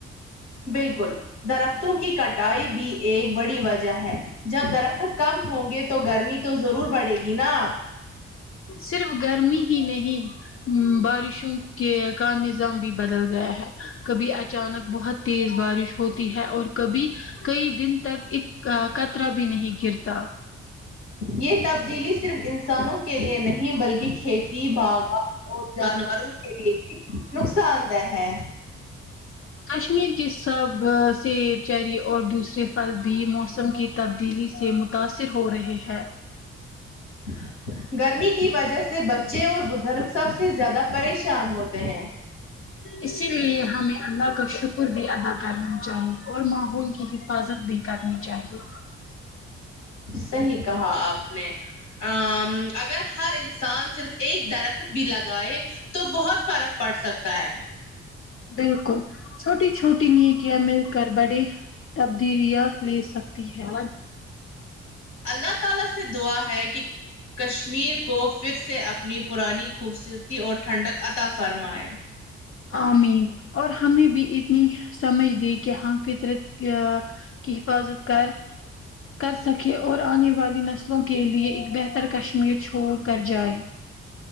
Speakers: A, on the left (about 80°); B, on the left (about 45°).
A: بالکل درختوں کی کٹائی بھی ایک بڑی وجہ ہے جب درخت کم ہوں گے تو گرمی تو ضرور بڑھے گی نا
B: صرف گرمی ہی نہیں بارشوں کے کا نظام بھی بدل گیا ہے کبھی اچانک بہت تیز بارش ہوتی ہے اور کبھی کئی دن تک ایک کطرا بھی نہیں گرتا
A: یہ تبدیلی صرف انسانوں کے لیے نہیں بلکہ کھیتی باغ اور جانوروں کے لیے نقصان دہ ہے
B: کشمیر کے سب جی چری اور دوسرے پھل بھی موسم کی تبدیلی سے متاثر ہو رہے ہے
A: <inaudible> گرمی کی وجہ سے بچے اور بزرگ سب سے زیادہ پریشان ہوتے ہیں
B: اسی لیے ہمیں اللہ کا شکر بھی ادا کرنا چاہیے اور ماحول کی حفاظت بھی کرنی چاہیے
A: صحیح کہا اپ نے ہا اگر ہر انسان صرف ایک درخت بھی لگائے تو بہت فرق پڑ سکتا ہے
B: بالکل چھوٹی چھوٹی نیکیا مل کر بڑے تبدیلیاں لے سکتی ہیں
A: اللہ تعالی سے دعا ہے کہ کشمیر کو پھر سے اپنی پرانی خوبصورتی اور ٹھنڈک عطا فرمائیں
B: آمین اور ہمیں بھی اتنی سمجھ دی کہ ہم فطرت کہ حفاظت کر کر سکے اور آنے والی نسلوں کے لیے ایک بہتر کشمیر چھوڑ کر جائے